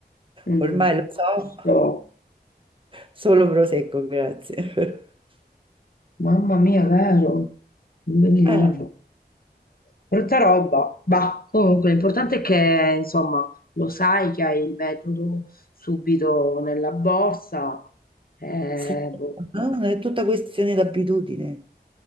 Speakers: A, on the left; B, on the right.
A: mm,
B: Ormai lo so,
A: giusto.
B: <laughs> solo prosecco, grazie. <laughs>
A: Mamma mia, vero? Un bellino.
B: Eh,
A: Brutta roba, bah, comunque l'importante è che insomma lo sai che hai il metodo subito nella borsa, eh,
B: sì,
A: boh.
B: no, è tutta questione d'abitudine.